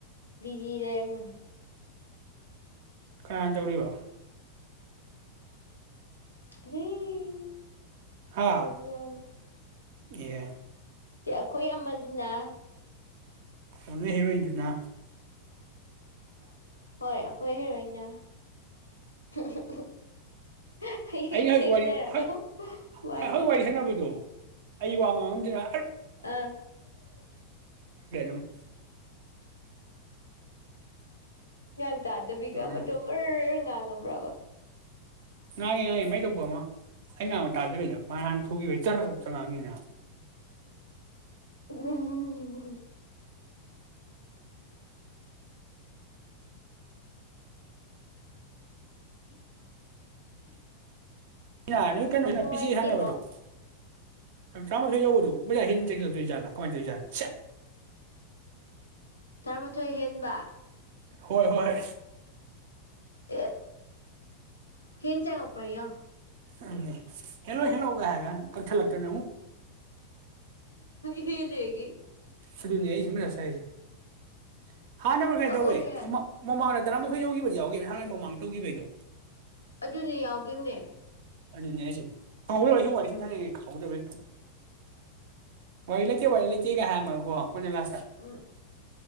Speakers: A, on the left (about 80°); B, on the right (about 50°).
A: ꯕꯤꯖꯤ ꯂꯩꯔꯝꯕꯅꯦ
B: ꯀꯅꯥꯅ ꯇꯧꯔꯤꯕ
A: <inaudible> <unintelligible>
B: ꯍꯥ ꯑꯦ
A: ꯑꯩꯈꯣꯏ ꯑꯃꯗꯨꯅ
B: ꯑꯣ ꯅꯣꯏ ꯍꯔꯣ꯭ꯏꯟꯗꯨꯅ
A: ꯍꯣꯏ ꯑꯩꯈꯣꯏ ꯍꯦꯔꯣ꯭ꯏꯟꯅꯤꯅ <inaudible> ꯍꯌꯦꯡ
B: ꯑꯩꯅ ꯍꯧꯖꯤꯛ
A: ꯊꯦꯡꯅꯔꯒ
B: ꯋꯥꯔꯤ ꯍꯧꯖꯤꯛ
A: ꯃꯥꯏꯅ
B: ꯍꯧꯖꯤꯛ ꯋꯥꯔꯤ ꯁꯥꯟꯅꯕꯗꯣ ꯑꯩ ꯋꯥꯡ ꯉꯥꯡ ꯉꯝꯗꯅ
A: ꯑꯥ
B: <unintelligible> <unintelligible>
A: <inaudible> ꯇꯥꯗꯕꯤꯒ
B: ꯉꯥꯡꯉꯤ
A: ꯃꯇꯣꯟ ꯃꯔꯔ ꯉꯥꯡ <inaudible>
B: ꯉꯥꯡꯉꯤ ꯉꯥꯡꯉꯤ ꯃꯥꯏ ꯊꯣꯛꯄ ꯑꯃ ꯑꯩꯅ ꯉꯥꯡꯕ ꯇꯥꯗꯕꯤꯗ ꯃꯥ ꯍꯥꯟꯅ ꯊꯨ ꯒꯤ ꯕꯩ ꯇꯔ ꯉꯥꯡꯈꯤꯅꯦ
A: ꯎꯝ
B: <unintelligible>
A: ꯅꯨꯡꯉꯥꯏꯇꯦꯉꯣ
B: ꯇꯔꯥꯃꯥꯊꯣꯏ ꯌꯧꯎꯕꯗꯨ ꯕꯖꯥ ꯍꯦꯟꯅ ꯆꯪꯁꯤꯜ ꯂꯛꯇꯣꯏ ꯖꯥꯠꯂꯥ ꯀꯃꯥꯏꯅ ꯇꯧꯔꯤ ꯖꯥꯠꯅꯣ
A: ꯇꯔꯥꯃꯥꯊꯣꯏ ꯍꯦꯟꯕ
B: ꯍꯣꯏ ꯍꯣꯏ
A: ꯑꯦ ꯍꯦꯟ ꯆꯪꯂꯛꯄꯔꯥ ꯌꯦꯡꯉꯣ
B: ꯎꯝ ꯍꯦꯜꯂꯣ ꯍꯜꯂꯣ ꯒ ꯍꯥꯏꯔꯒ ꯀꯛꯊꯠ ꯂꯛꯇꯅ ꯑꯃꯨꯛ
A: ꯍꯦꯜꯂꯦ ꯑꯩꯒꯤ
B: <unintelligible> <inaudible> ꯍꯥꯟꯅꯕꯨ ꯀꯩ
A: ꯀꯛꯑꯣꯍꯦ
B: ꯇꯧꯋꯦ ꯃꯃꯥ ꯃꯃꯥꯡꯗ ꯇꯔꯥꯃꯊꯣꯏ ꯌꯧꯈꯤꯕꯗꯤ ꯌꯥꯎꯈꯤꯕꯅꯦ ꯍꯥꯟꯅ ꯃꯃꯥꯡ ꯇꯧꯈꯤꯕꯒꯤꯗꯣ
A: ꯑꯗꯨꯅꯦ ꯌꯥꯎꯒꯤꯝꯅꯦ
B: ꯑꯗꯨꯅꯦ ꯑꯩꯁꯨ ꯀꯥꯎꯕꯒꯤ ꯑꯩ ꯁꯨꯝ ꯋꯥꯔꯤ ꯁꯨꯝ ꯁꯥꯅꯔꯤꯉꯩꯗ ꯈꯥꯎꯍꯧꯗꯕꯦ ꯋꯥꯔꯤ ꯂꯩꯇꯦ ꯋꯥꯔꯤ ꯂꯩꯇꯦꯒ ꯍꯥꯏꯌꯥꯝꯃꯒꯀꯣ ꯀꯨꯅ ꯂꯥꯁꯇ
A: ꯎꯝ